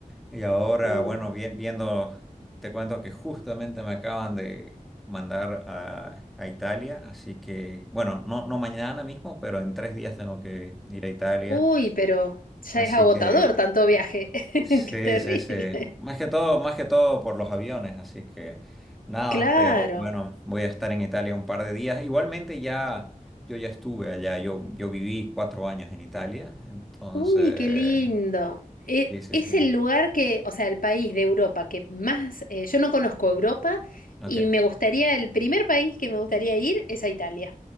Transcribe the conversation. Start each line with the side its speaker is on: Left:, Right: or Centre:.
Centre: Y ahora,
Left: Uh,
Centre: bueno, vi- viendo, te cuento que justamente me acaban de mandar a, a Italia, así que, bueno, no, no mañana mismo, pero en tres días tengo que ir a Italia.
Left: Uy, pero ya
Centre: Así
Left: es agotador
Centre: que
Left: tanto viaje. <laughs> Qué
Centre: Sí,
Left: terrible.
Centre: sí, sí. Más que todo, más que todo por los aviones, así que nada,
Left: Claro.
Centre: pero bueno, voy a estar en Italia un par de días. Igualmente ya, yo ya estuve allá, yo, yo viví cuatro años en Italia, entonces,
Left: Uy, qué lindo. E-
Centre: sí, sí,
Left: es
Centre: sí.
Left: el lugar que, o sea, el país de Europa que más... eh, yo no conozco Europa
Centre: Ok.
Left: y me gustaría, el primer país que me gustaría ir es a Italia.